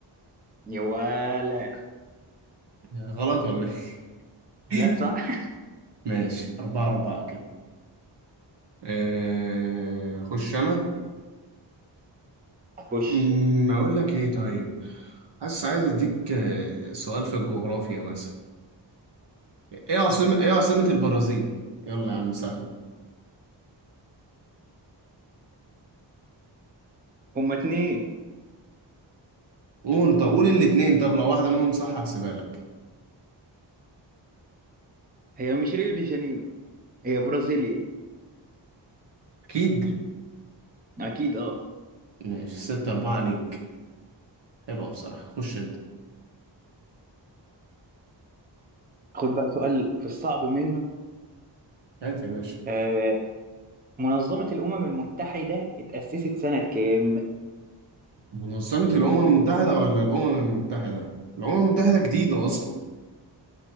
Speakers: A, on the right; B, on the right.
A: يا ولا
B: غلط ولا إيه؟
A: لا صح
B: <laughs> ماشي أربعة أربعة كده أه، أخش أنا
A: خش
B: أمم، اقول لك ايه طيب حاسس عايز اديك آه، سؤال في الجغرافيا مثلا ايه عاصمة ايه عاصمة البرازيل يلا يا عم سهلة
A: هما اتنين
B: قول طب قول الاتنين طب لو واحدة منهم صح هحسبها لك
A: هي مش ريو دي جانيرو هي برازيليا
B: اكيد
A: أكيد أه
B: ماشي ستة أربعة ليك حلوة بصراحة خش انت
A: خد بقى سؤال في الصعب منه
B: هات يا باشا
A: آه، منظمة الأمم المتحدة اتأسست سنة كام؟
B: منظمة الأمم المتحدة ولا الأمم المتحدة الأمم المتحدة جديدة أصلا